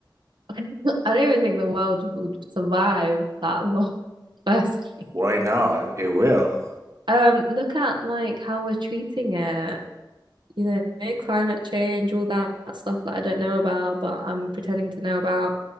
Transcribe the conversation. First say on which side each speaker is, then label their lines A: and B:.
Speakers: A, on the right; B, on the right.
A: <laughs> I don't even think the world would survive that long, <laughs> firstly.
B: Why not? It will.
A: Um, look at like how we're treating it, you know, climate change, all that stuff that I don't know about, but I'm pretending to know about.